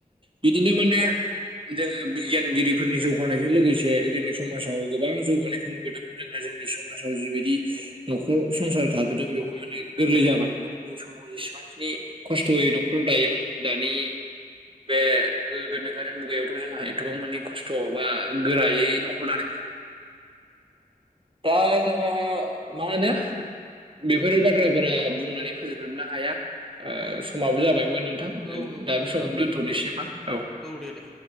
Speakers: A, on the right; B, in the centre.
A: बिदिनो माने जोङो बिगियानगिरिफोरनि जौगानायजों लोगोसे जोंनि समाजाव गोबां जौगानायखौ नुबोदों। जोंहा जोंनि समाजाव जिबायदि न'खर संसार थाबोदों बेवहाय माने गोरलै जाबाय गोदोनि समाव जेसेबांखिनि खस्थ'यै न'खराव दायोमोन दानि बे गोनोखोआि मुगायावथ' जोंहा एथबां मानि खस्थ' बा गोरायै न'खर लानायखौ दा जोंहा माहोनो बेफोर बाथ्राफोरा बुंनानै फोजोबजोबनो हाया ओ समाबो जाबायमोन नोंथां।
B: औ
A: जों
B: नंगौ नंगौ
A: दा
B: नोंथां
A: बे समावनो दोनथ'नोसै मा औ।
B: औ दे दे।